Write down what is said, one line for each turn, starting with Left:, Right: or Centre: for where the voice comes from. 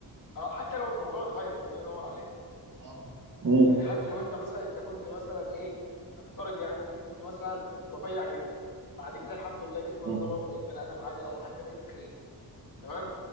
Left: اه حتى لو الموضوع اتغير الله ينور عليك
Right: اه مم.
Left: يعني حتى لو انت مثلا انت كنت مثلا ايه نفترض يعني انت كنت مثلا رفيع جدا بعد كده الحمد لله جسمك
Right: مم.
Left: ظبط وبقيت بني ادم عادي او حتى بقيت تخين تمام